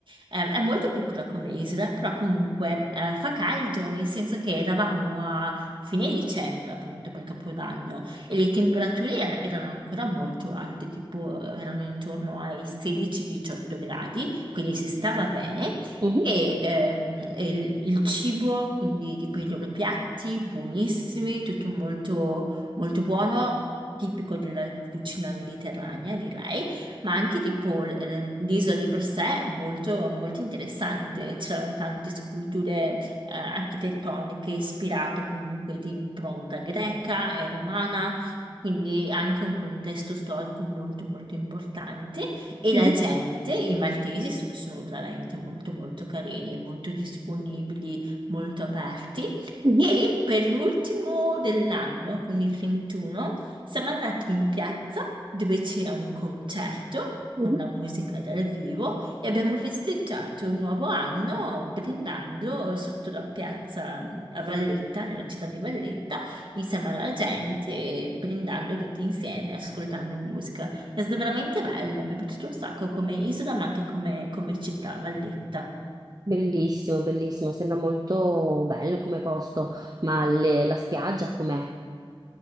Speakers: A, on the right; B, on the right.
A: eh, è molto piccola come isola, però comunque eh, fa caldo, nel senso che eravamo a fine dicembre, appunto, per Capodanno, e le temperature er- erano ancora molto alte, tipo erano intorno ai 16-18 gradi, quindi si stava bene.
B: Mhm,
A: E ehm, e il, il cibo, quindi tipo i loro piatti, buonissimi, tutto molto molto buono, tipico della cucina mediterranea, direi, ma anche tipo l- ehm, l'isola di per sé molto, molto interessante. C'erano tante sculture eh, architettoniche ispirate comunque di impronta greca e romana. Quindi anche un contesto storico molto molto importante e
B: mhm,
A: la gente, i maltesi sono, sono veramente molto molto carini, molto disponibili, molto aperti.
B: mhm,
A: E per l'ultimo dell'anno, quindi il 31, siamo andati in piazza dove c'era un concerto
B: mhm.
A: con la musica dal vivo e abbiamo festeggiato il nuovo anno brindando sotto la piazza mm, a Valletta, nella città di Valletta, insieme alla gente e brindando tutti insieme, ascoltando musica. È stato veramente bello, mi è piaciuto un sacco come isola, ma anche come, come città, Valletta.
B: Bellissimo, bellissimo, sembra molto bello come posto, ma le- la spiaggia com'è?